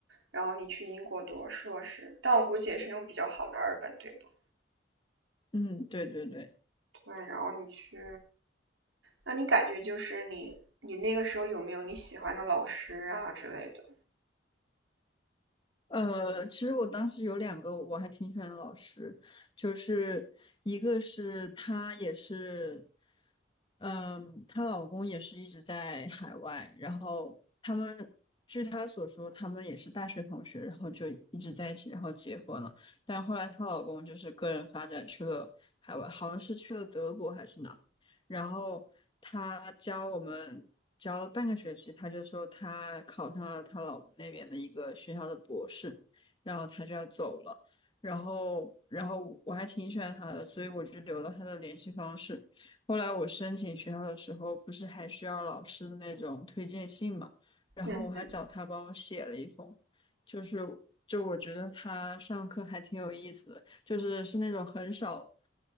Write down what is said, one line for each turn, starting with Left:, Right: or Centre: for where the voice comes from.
Right: 然后你去英国读硕士，但我估计也是那种比较好的二本，对不？
Left: 嗯，对对对。
Right: 对，然后你去那你感觉就是你你那个时候有没有你喜欢的老师啊之类的？
Left: 呃，其实我当时有两个我还挺喜欢的老师，就是一个是她也是，嗯、她老公也是一直在海外，然后他们据她所说，他们也是大学同学，然后就一直在一起，然后结婚了。但后来她老公就是个人发展去了海外，好像是去了德国还是哪。然后他教我们教了半个学期，他就说他考上了他老公那边的一个学校的博士，然后他就要走了，然后然后我还挺喜欢他的，所以我就留了他的联系方式。后来我申请学校的时候，不是还需要老师的那种推荐信嘛，然后我还找他帮我写了一封，
Right: 嗯，
Left: 就是就我觉得他上课还挺有意思的。就是是那种很少